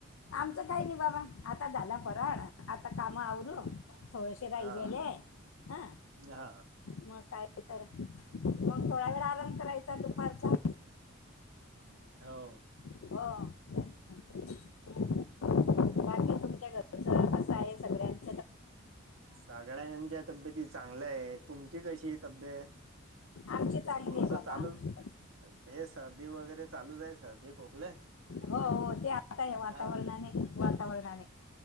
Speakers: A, on the left (about 80°); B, on the right (about 75°).
A: आमचं काही नाही बाबा आता झाला फराळ. आता काम आवरू,
B: हम्म
A: थोडेसे राहिले
B: हा
A: आहे ह.
B: हा
A: मग काय तर, मग थोडा वेळा आराम करायचा दुपारचा.
B: हॅलो.
A: हो का ना. हम्म बाकी तुमच्या घरच कसं आहे सगळ्यान.
B: सगळ यांच्या तब्येत चांगलं आहे तुमची कशी? तब्येत
A: आमची चांगली
B: थोडस
A: आहे बाबा
B: चालू.
A: आमची पण
B: ते सर्दी वगैरे चालूच आहे सर्दी खोकले.
A: हो हो ते आताय वातावरणाने
B: हा
A: वातावरणाने.